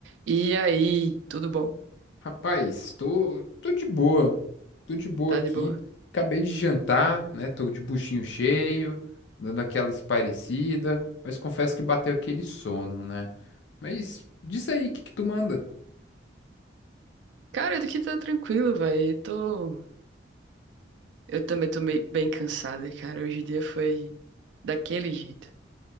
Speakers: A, on the right; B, on the left.
A: E aí, tudo bom?
B: Rapaz, tô, tô de boa. Tô de boa
A: Tá
B: aqui.
A: de boa?
B: Acabei de jantar, né? Tô de buchinho cheio, dando aquela espairecida, mas confesso que bateu aquele sono, né? Mas diz aí, o que que tu manda?
A: Cara, eu aqui tá tranquilo, velho. Tô... Eu também tô meio, bem cansada, cara. Hoje o dia foi daquele jeito.